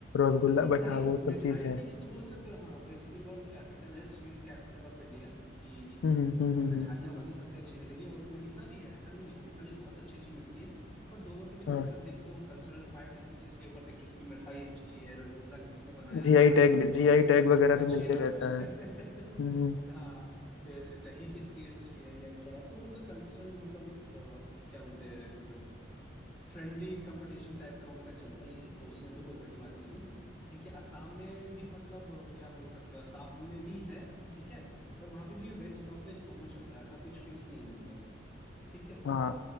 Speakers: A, on the left; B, in the centre.
A: रसगुल्ला
B: मिठाई
A: बट हाँ वो
B: मिठाई
A: सब चीज है
B: के लिए तो बोल सकते हो हाँ वेस्ट बंगाल कैपिटल है स्वीट कैपिटल ऑफ इंडिया कि
A: हम्म हम्म हम्म
B: तुम्हें
A: हम्म,
B: मिठाइयाँ
A: हम्म,
B: वही सबसे अच्छी मिलेगी और उड़ीसा भी है ऐसा नहीं है उड़ीसा में बहुत अच्छी अच्छी मिलती है पर दोनों के बीच
A: हाँ
B: अक्सर देखते हो कल्चरल फाइट इसी चीज के ऊपर है किसकी मिठाई अच्छी है रसगुल्ला किसने बनाया
A: जीआई
B: कहाँ
A: टैग
B: इन्वेंट हुआ
A: जीआई टैग वगैरह
B: किसका
A: भी
B: छेना
A: मिलते रहता
B: अच्छा
A: है
B: <laughs> है
A: हम्म हम्म,
B: हाँ फिर दही किसकी अच्छी है या क्या है तो वो तो कल्चरल मतलब एक अ, क्या बोलते हैं मतलब फ्रेंडली कंपटीशन टाइप का उनका चलता ही है तो उसमें तो कोई बड़ी बात नहीं है ठीक है असम में भी मतलब अ, क्या बोल सकते हो असम में भी है ठीक है पर वहां पे भी वेज नॉन वेज दोनों चलता है ऐसा कुछ फिक्स नहीं है उनका ठीक है
A: हाँ